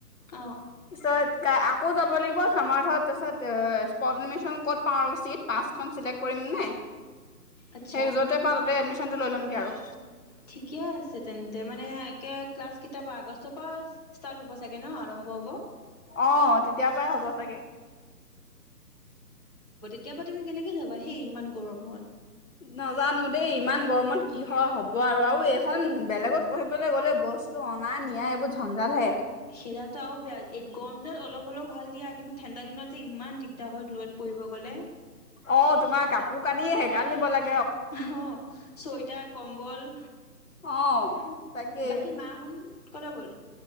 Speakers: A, on the left; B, on the left.
A: অ
B: চত কা অ আকৌ যাব লাগিব সমাৰ্থত তাৰপিছত স্পট এডমিচন ক'ত পাওঁ আৰু চিট। পাঁচখন চিলেক্ট কৰিম নাই।
A: আচ্ছা
B: সেই যতে পাও ততে এডমিশনটো লৈ ল'মগে আৰু।
A: ঠিকে আছে তেন্তে মানে একে ক্লাছ কিতাপ আগষ্টৰ প ষ্টাট হব চাগে ন আৰম্ ওৱ
B: অহ তেতিয়াৰ পৰাই হ'ব চাগে।
A: কে তুমি কেনেকে যাবা? হেই ইমান গৰমত
B: নাজানো দেই ইমান গৰমত কি হয় হ'ব আৰু আৰু এইখন বেলেগত- পঢ়িবলৈ গ'লে বস্তু- নাই নিয়া এইবোৰ ঝঞ্জাল হে।
A: সেইডালটো আৰু বেয়া, গৰম দিনত অলপ হ'লেও ভাল দিয়া কিন্তু ঠাণ্ডা দিনত যে ইমান দিগদাৰ হয় দূৰত পঢ়িব গলে।
B: অ তোমাৰ কাপোৰ কানিয়ে হে - নি বলা-
A: অ । চুৱেতাৰ কম্বল-
B: অ। তাকে
A: বাকি মা হুন- কলৈ গল?